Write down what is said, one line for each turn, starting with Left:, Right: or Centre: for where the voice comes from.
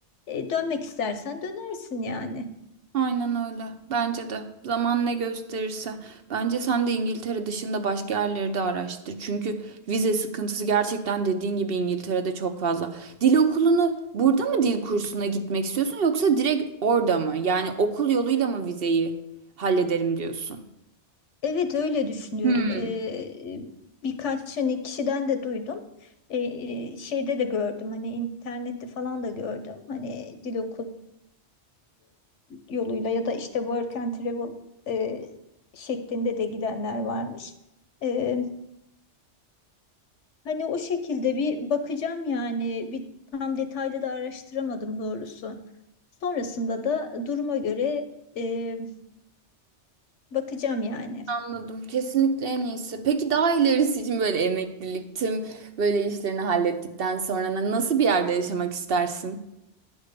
Left: E, dönmek istersen dönersin yani.
Right: Aynen öyle. Bence de. Zaman ne gösterirse. Bence sen de İngiltere dışında başka yerleri de araştır. Çünkü vize sıkıntısı gerçekten dediğin gibi İngiltere'de çok fazla. Dil okulunu burada mı dil kursuna gitmek istiyorsun yoksa direkt orada mı? Yani okul yoluyla mı vizeyi hallederim diyorsun?
Left: Evet öyle düşünüyorum.
Right: Hmm,
Left: E, birkaç hani kişiden de duydum. E, şeyde de gördüm hani internette falan da gördüm. Hani dil okulu yoluyla ya da işte work and travel e, şeklinde de gidenler varmış. E, hani o şekilde bir bakacağım yani bir tam detaylı da araştıramadım doğrusu. Sonrasında da duruma göre e, bakacağım yani.
Right: anladım. Kesinlikle en iyisi. Peki daha ilerisi için böyle emeklilik, tüm böyle işlerini hallettikten sonra nasıl bir yerde yaşamak istersin?